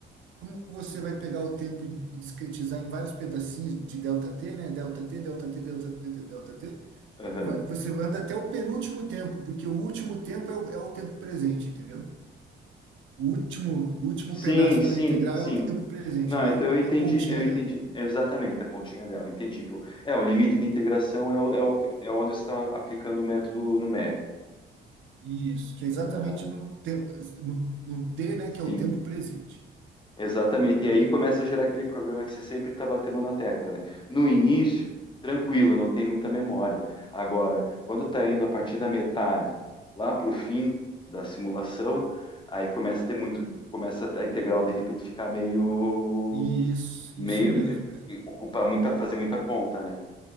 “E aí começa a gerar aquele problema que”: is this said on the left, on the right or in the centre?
Left